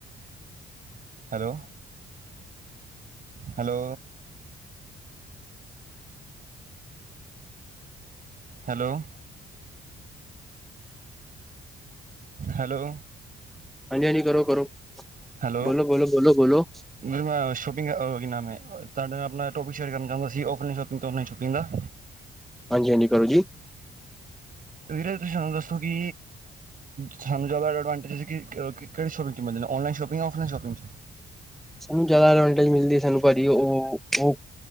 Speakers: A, on the right; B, in the centre.
A: ਹੈਲੋ ਹੈਲੋ ਹੈਲੋ ਹੈਲੋ
B: ਹਾਂਜੀ ਹਾਂਜੀ ਕਰੋ ਕਰੋ
A: ਹੈਲੋ
B: ਬੋਲੋ ਬੋਲੋ ਬੋਲੋ ਬੋਲੋ
A: ਵੀਰ ਮੈਂ ਸ਼ੋਪਿੰਗੀ ਕੀ ਨਾਮ ਐ ਤੁਹਾਡੇ ਨਾਲ ਆਪਣਾ ਟੋਪਿਕ ਸ਼ੇਅਰ ਕਰ ਚਾਹੁੰਦਾ ਸੀ ਆਫਲਾਈਨ ਤੇ ਆਨਲਾਈਨ ਸ਼ੋਪਿੰਗ ਦਾ
B: ਹਾਂਜੀ ਹਾਂਜੀ ਕਰੋ ਜੀ
A: ਵੀਰੇ ਤੁਸੀਂ ਸਾਨੂੰ ਦੱਸੋ ਕਿ ਸਾਨੂੰ ਜ਼ਿਆਦਾ ਅਡਵਾਂਟੇਜ ਕਿਹੜੀ ਸ਼ੋਪਿੰਗ ਚੋਂ ਮਿਲਦੇ ਨੇ ਆਨਲਾਈਨ ਜਾਂ ਆਫਲਾਈਨ ਸ਼ੋਪਿੰਗ
B: ਸਾਨੂੰ ਜ਼ਿਆਦਾ ਐਡਵਾਂਟੇਜ ਮਿਲਦੀ ਸਾਨੂੰ ਭਾਜੀ ਉਹ